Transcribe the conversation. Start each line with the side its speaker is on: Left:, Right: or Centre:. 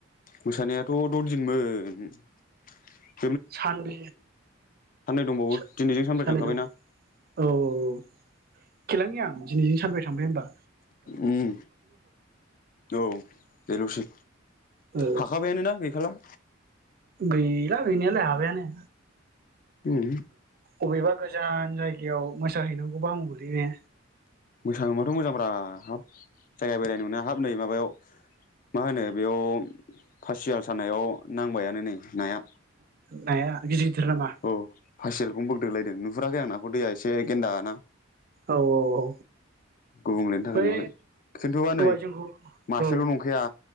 Left: मोसानायाथ' दरदिनमोन।
Right: सानब
Left: दंबावो
Right: सा
Left: दिनैजों सानब्रै
Right: साननै
Left: थांखाबायना
Right: द' औ औ औ खेलानो गैया आं दिनैजों सानब्रै थांबाय होमबा?
Left: उम औ बे लसै
Right: ओ
Left: हाखाबायानोना गैखाला
Right: गैला गैनायाला हाबायानो
Left: उम
Right: अबेबा गोजान जायगायाव मोसाहैनांगौबा हामगौलैय ने
Left: मोसानो मोनबाथ' मोजांब्रा हाब जायगा बेरायनो हाब नै माबायाव मा होनो बेयाव फासि जाल सानायाव नांबायानो नै नाया
Right: नाया गिदिर गिदिर नामा
Left: औ। फासि जालखौनो बोगदो लायदों नुहुराखै आं नाखौ दैया एसे गेन्दाना
Right: औ औ औ
Left: गुबुंलेनि थाखाय
Right: बै
Left: नुवाखै खिन्थुबा
Right: दहाय
Left: नै
Right: जोंखौ
Left: मासेल'
Right: औ
Left: नंखाया